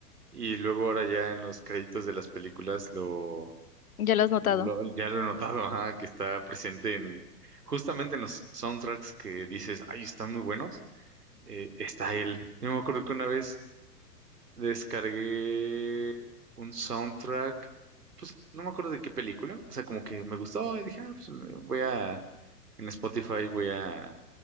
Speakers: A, on the right (about 70°); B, on the left (about 60°).
A: y luego ahora ya en los créditos de las películas lo,
B: Ya lo has notado.
A: lo ya lo he notado, ajá, que está presente en justamente en los soundtracks que dices, ay, están muy buenos. eh, está él. Yo me acuerdo que una vez descargué un soundtrack, pues no me acuerdo de qué película, o sea, como que me gustó y dije, ah, pues me voy a, en Spotify voy a,